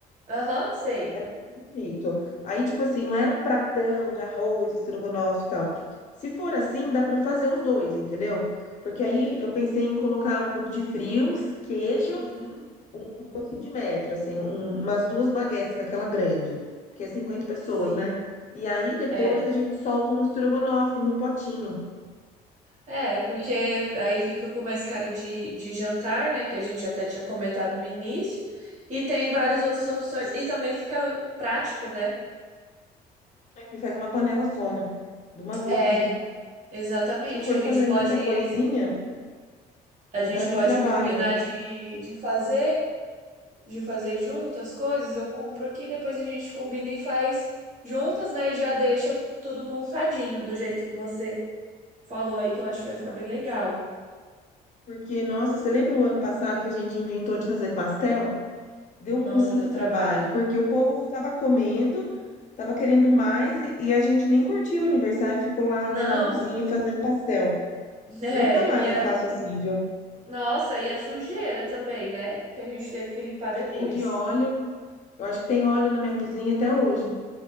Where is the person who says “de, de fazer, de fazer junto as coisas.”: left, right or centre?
Right